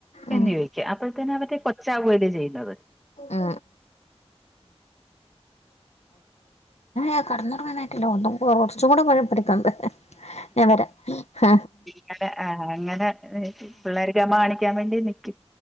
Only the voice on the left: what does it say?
ഉം
ആ അ കടന്നൊറങ്ങാനായിട്ടില്ല ഒന്നും കുറച്ചും കൂടെ പഠിക്കാണ്ട് ഞാൻ വരാ ഹ